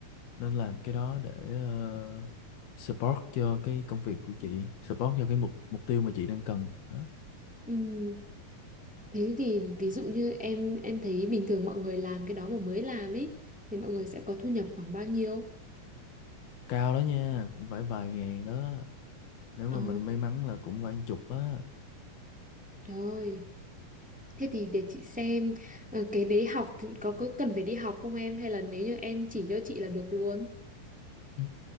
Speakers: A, on the left; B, in the centre.
A: nên làm cái đó để ờ, support cho cái công việc của chị support cho cái mục mục tiêu mà chị đang cần đó.
B: ừ, thế thì ví dụ như em em thấy bình thường mọi người làm cái đó mà mới làm ấy thì mọi người sẽ có thu nhập khoảng bao nhiêu
A: cao đó nha cũng phải vài ngàn đó nếu mà
B: Ồ,
A: mình may mắn là cũng vài chục á
B: trời ơi. Thế thì để chị xem ờ, cái đấy học thì có, có cần phải đi học không em hay là nếu như em chỉ cho chị là được luôn.
A: Ừ,